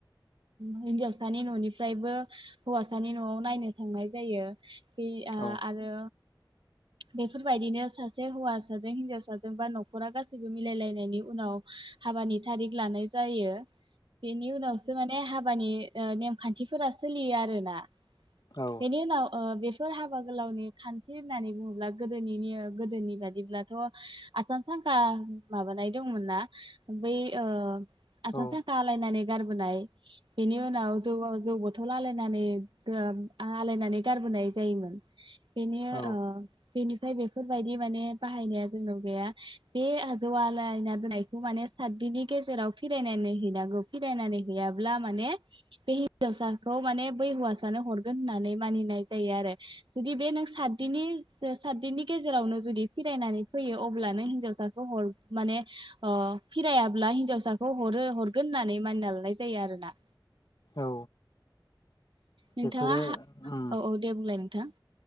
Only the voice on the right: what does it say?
हिनजावसानि न'निफ्रायबो हौवासानि न'आव नायनो थांनाय जायो बे आ
आरो बेफोरबायदिनो सासे हौवा सासे हिनजावसाजों बा नखरा गासैबो मिलायलायनायनि उनाव हाबानि थारिख लानाय जायो। बेनि उनावसो माने हाब बानि ओ नेमखान्थिफोरा सोलियो आरो ना।
बेनिउनाव ओ बे। फोर हाबा गोलावनि खान्थि होननानै। बुङोब्ला गोदोनि ने गोदोनि बादिब्लाथ आसान सांखा माबानाय दंमोन ना बै ओ आसान
सांखा आलायनानै गारबोनाय बेनि उनाव जौ जौ बथल आलायनानै ओ आलायनानै गारबोनाय जायोमोन बेनि
ओ बेनिफ्राय बेफोरबायदि माने बाहायनाया जोंनाव गैया बे आजौ आलायना दोनायखौ माने सातदिननि गेजेराव फिरायनानै हैनांगौ फिरायनानै हैयाब्ला माने बे हिनजावसाखौ माने बै हौवासानो हरगोन होननानै मानिनाय जायो आरो। जुदि बे नों सातदिननि सातदिननि गेजेरावनो जुदि फिरायनानै फैयो अब्लानो हिन्जावसाखौ हर माने अह फिरायाब्ला हिन्जावसाखौ हरो हरगोन होननानै मानिना लानाय जायो आरोना
नोंथाङा
औ
औ दे बुंलाय नोंथां।